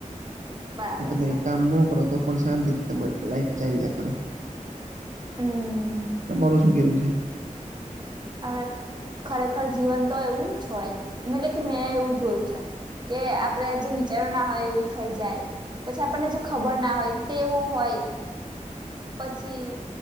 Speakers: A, on the right; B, on the right.
A: બરાબર
B: કે તમે
A: છે
B: એ કામ ન કરો તો પણ શાંતિ થી તમારી લાઈફ ચાલ્યા કરે.
A: હમ
B: તમારું શું કેવું છે?
A: અહ ખરેખર જીવન તો એવું જ હોય, મલે કે મેં એવું જોયું છે. કે આપડે જે વિચારો ના હોય એવું થઈ જાય પછી આપણને જે ખબર ના હોય તેવો હોય પછી,